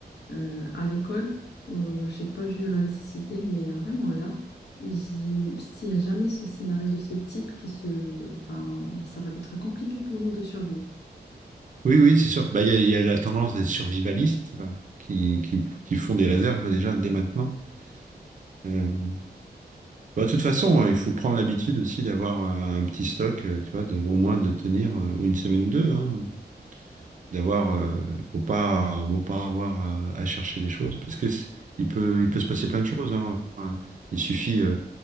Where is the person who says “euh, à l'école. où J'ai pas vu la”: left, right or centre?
Left